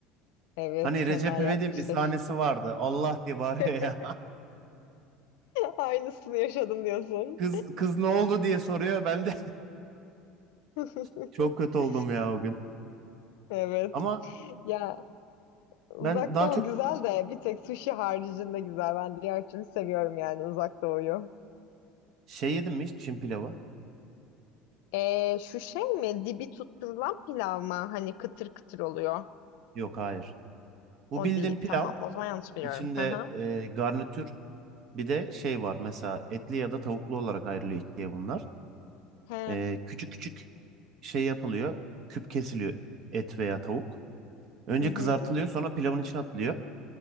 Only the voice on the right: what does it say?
Hani Recep
İvedik'in
bir sahnesi vardı. Allah diye bağırıyor
ya.
<laughs> Kız, kız ne oldu diye soruyor. Ben de
<laughs> çok kötü oldum ya o gün.
Ama
ben daha
çok
şey yedim mi hiç Çin pilavı?
Yok hayır. Bu
bildiğim
pilav.
içinde
e, garnitür. Bir de şey var mesela etli ya da tavuklu olarak ayrılıyor ikiye bunlar.
Ee, küçük küçük şey yapılıyor. Küp kesiliyor et veya tavuk. Önce
kızartılıyor sonra pilavın içine atılıyor.